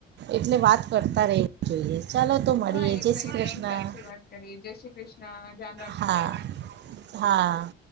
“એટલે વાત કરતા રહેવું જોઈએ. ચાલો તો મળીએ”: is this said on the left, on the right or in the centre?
Right